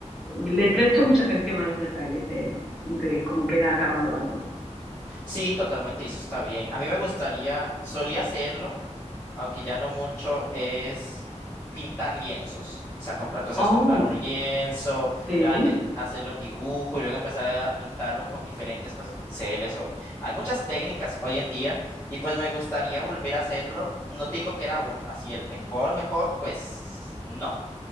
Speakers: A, in the centre; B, on the left (about 15°).
A: le presto mucha atención a los detalles de, de cómo queda acabado algo.
B: Sí, totalmente, y eso está bien. A mí me gustaría, solía hacerlo, aunque ya no mucho, es pintar lienzos. O sea, comprar, tú sabes,
A: Oh,
B: comprar un lienzo
A: sí,
B: grande, hacerle un dibujo y luego empezar a pintarlo con diferentes cosas, pinceles o... Hay muchas técnicas hoy en día y pues me gustaría volver a hacerlo. No te digo que era, uf, así el mejor, mejor, pues no.